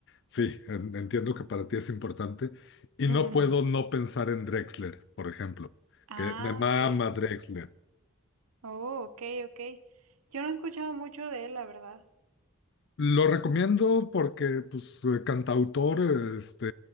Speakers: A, on the left (about 55°); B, on the right (about 85°).
A: sí, en- entiendo que para ti es importante y
B: <laughs>
A: no puedo no pensar en Drexler, por ejemplo,
B: Ah,
A: que me mama
B: ok.
A: Drexler.
B: Oh, ok, ok. Yo no he escuchado mucho de él, la verdad.
A: Lo recomiendo porque, pues, eh, cantautor, eh, este,